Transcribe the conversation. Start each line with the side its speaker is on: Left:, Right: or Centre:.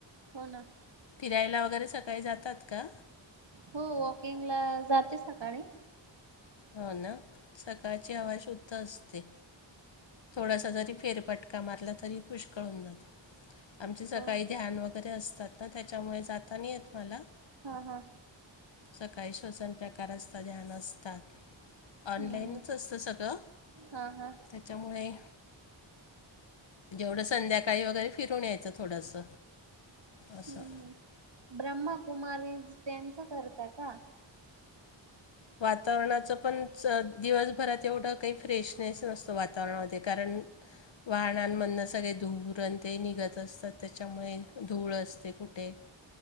Right: हो ना
Left: फिरायला वगैरे सकाळी जातात का?
Right: हो वॉकिंग ला जाते सकाळी.
Left: हो ना सकाळची आवाज शुद्ध असते. थोडासा जरी फेरपटका मारला तरी पुष्कळ होऊन जात. आमचे सकाळी
Right: हो
Left: ध्यान वगैरे असतात ना त्याच्यामुळे जाता नाहीय मला.
Right: हा हा
Left: सकाळी श्वसन प्रकार असतात ध्यान असतात ऑनलाईनच
Right: हम्म हम्म
Left: असतं सगळं
Right: हा हा
Left: त्याच्यामुळे जेवढं संध्याकाळी वगैरे फिरून यायचं थोडस
Right: हम्म
Left: असं
Right: हम्म ब्रह्मकुमारी त्यांच करत का
Left: वातावरणाचं पण दिवसभरात एवढं काही फ्रेशनेस नसतं वातावरणामध्ये कारण वाहनांमधनं सगळे धुरण ते निघत असतात त्याच्यामुळे धूळ असते कुठे